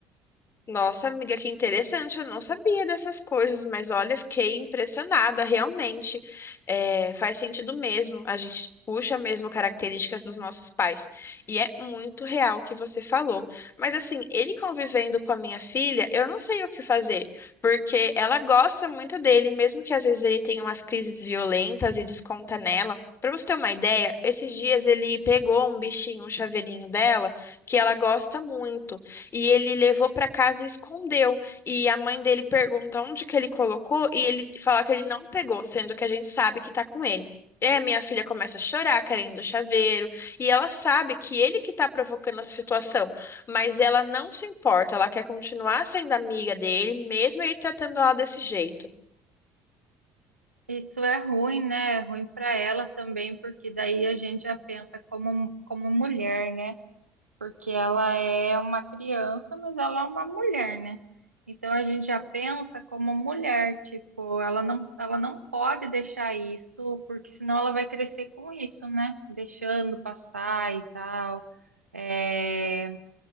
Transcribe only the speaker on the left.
Nossa, amiga, que interessante. Eu não sabia dessas coisas, mas olha, fiquei impressionada, realmente. É, faz sentido mesmo. A gente puxa mesmo características dos nossos pais. E é muito real o que você falou. Mas assim, ele convivendo com a minha filha, eu não sei o que fazer, porque ela gosta muito dele, mesmo que às vezes ele tenha umas crises violentas e desconta nela. Pra você ter uma ideia, esses dias ele pegou um bichinho, um chaveirinho dela, que ela gosta muito. E ele levou para casa e escondeu. E a mãe dele pergunta onde que ele colocou e ele fala que ele não pegou, sendo que a gente sabe que tá com ele. É, minha filha começa a chorar querendo o chaveiro, e ela sabe que ele que tá provocando essa situação, mas ela não se importa, ela quer continuar sendo amiga dele, mesmo ele tratando ela desse jeito.